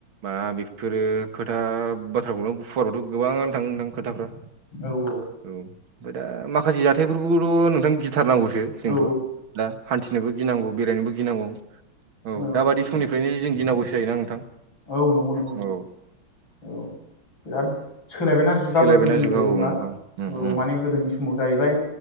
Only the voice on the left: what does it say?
औ औ
औ
औ
औ नंगौ नंगौ नोंथां
औ बिराद सोलायबायना जुगाबो
गोदोनि
बायदि
नंला
औ
माने गोदोनि सम समाव जाहैबाय